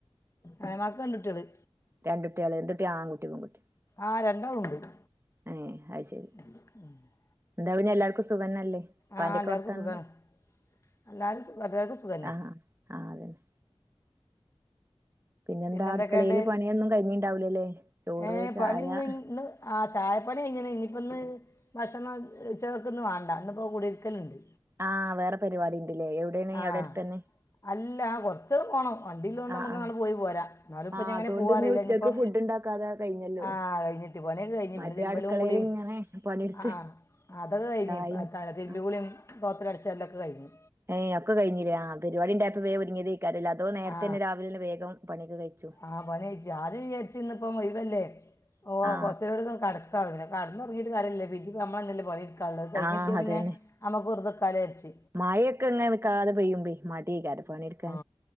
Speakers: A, on the left (about 30°); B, on the right (about 25°).
A: എളേമാക്ക് രണ്ട് കുട്ടികള്.
B: രണ്ടുട്ട്യാള് എന്തുട്ട്യാ ആൺകുട്ടിയോ പെൺകുട്ട്യോ?
A: ആ രണ്ടാളും ഉണ്ട്.
B: ഏ അത് ശരി.
A: <inaudible>
B: എന്താ പിന്നെ എല്ലാർക്കും സുഖന്നല്ലേ. ഇപ്പാന്റൊക്കെ
A: ആ എല്ലാവർക്കും
B: വർത്താനെന്താ
A: സുഖമാണ് എല്ലാവരും സുഖം എല്ലാവർക്കും സുഖം തന്നെ
B: ആഹ്, ആഹ് അതന്നെ. പിന്നെന്താ
A: പിന്നെ എന്തൊക്കെയുണ്ട്?
B: അടുക്കളയില് പണിയൊന്നും കഴിഞ്ഞിണ്ടാവൂലല്ലേ ചോറ്
A: ഏഹ്
B: ചായ
A: പണി ഇന്ന്, ഇന്ന്. ആ ചായപ്പണി കഴിഞ്ണ്. ഇനിയിപ്പംന്ന് ഭക്ഷണം ഉച്ചക്ക് ന്ന് വേണ്ട ഇന്ന് ഇപ്പം കുടിരിക്കലുണ്ട്.
B: ആഹ് വേറെ പരിപാടി ഉണ്ട്ല്ലേ എവിടെണ്
A: ആ
B: അവിടെ അടുത്തന്നെ.
A: അല്ല കൊറച്ചൊന്ന് പോണം വണ്ടിള്ളോണ്ട്
B: ആഹ്
A: നമ്മുക്ക്
B: ആഹ്
A: ങ്ങനെ പോയി പോരാ എന്നാലും ഇപ്പഞ്ഞിങ്ങനെ
B: ആഹ് അതുകൊണ്ട്
A: പോവാറില്ല
B: ഇന്ന് ഉച്ചക്ക്
A: ഇനിയിപ്പോ.
B: ഫുഡ് ഉണ്ടാക്കാതെ കഴിഞ്ഞല്ലോ
A: ആഹ് കഴിഞ്ഞിട്ട് പണിയൊകെ കഴിഞ്ഞു
B: മറ്റേ
A: പിന്നെ തിരുമ്പലും
B: അടുക്കളയിൽ
A: കുളിയും
B: ഇങ്ങനെ പണിയെടുത്ത്
A: ആഹ്. അതൊക്കെ കഴിഞ്
B: ചായിം
A: തിരുമ്പികുളിയും
B: ആഹ്
A: തോത്തലും അടിച്ചു വാരലും ഒക്കെ കഴിഞ്ഞ്.
B: ഏയ് ഒക്കെ കഴിഞ്ഞില്ലേ ആ പരിപാടിണ്ടായപ്പോ വേഗംഒരുങ്ങിയതൈക്കാരം ല്ലേ അതോ നേരത്തെന്നെ
A: ആ
B: രാവില വേഗം പണിയൊക്കെ കൈചോ.
A: ആ പണി കഴിച്ചു ആദ്യം വിചാരിച്ച് ഇന്ന് ഇപ്പം ഒഴിവല്ലേ ഓ
B: ആഹ്
A: കൊറച്ചേരൂടൊന്ന് കട പിന്നെ കെടന്നൊറങീട്ട് കാര്യല്ല പിന്നെംഞമ്മളന്നെല്ലേ പണിയെടുക്കാള്ളത് അത് കഴിഞ്ഞിട്ടിയാ
B: ആഹ് അതന്നെ
A: പിന്നെ. അമ്മക്ക് വെർതെക്കാലോ വിജാര്ച്ച്.
B: മഴയൊക്കെ ഇങ്ങനെ നിക്കാതെ പെയ്യുംമ്പം മടിയൈകാരം പണിയെടുക്കാൻ
A: ആ